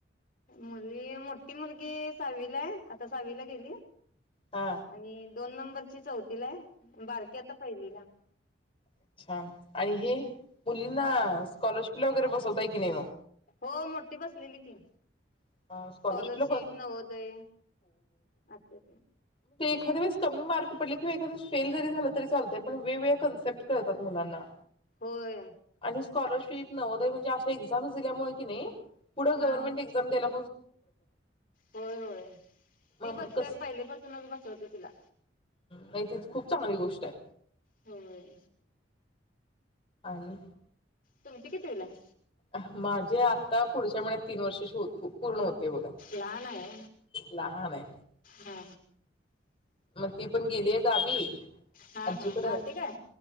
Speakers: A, on the left; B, on the left.
A: मुली मोठी मुलगी सावीला आहे आता सावीला गेली
B: हा
A: आणि दोन नंबरची चौथीला आहे बारकीे आता पहिलीला
B: अच्छा आणि हे मुलींना स्कॉलरशिपला वगैरे बसवताय की नाही
A: हो मोठी बसलेली की
B: मग स्कॉलरशिपला
A: स्कॉलरशिप
B: बस
A: नव देय अच्छा
B: एखाद्याेळेस कमी मार्क पडले किंवा एखद्याेळे फे जरी झालं त चालय पण वेगळे कन्सेप्टळतात मुलांना
A: होय
B: आणि स्कॉलरशिप नव्हदय म्हणजे अशा एक्झाम दिल्यामुळे कि नाही पुढे गवर्मंटक्झाम्याला
A: हा हा होय होय ती
B: मग
A: बसते
B: कसं
A: पहिले पाासूनच बसवते तिला
B: नाही तीच खूप चांगली गोष्ट आहे
A: होम
B: आणि
A: तुमची किव्हीला आहे
B: माझे आता पुढच्या म्ह तीन वर्षाची हो पूर्ण होते बघा
A: लहान आहे.
B: लहान आहे
A: हा
B: मग ती पण गेलीय गावीी
A: हा
B: आजी
A: हा
B: कड
A: राहते काय